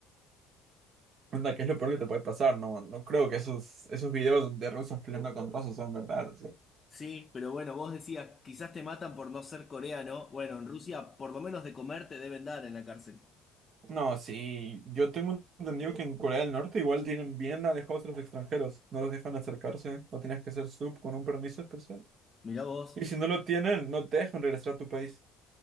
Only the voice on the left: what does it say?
Sí, pero bueno, vos decías, quizás te matan por no ser coreano. Bueno, en Rusia por lo menos de comer te deben dar en la cárcel.
Mirá vos.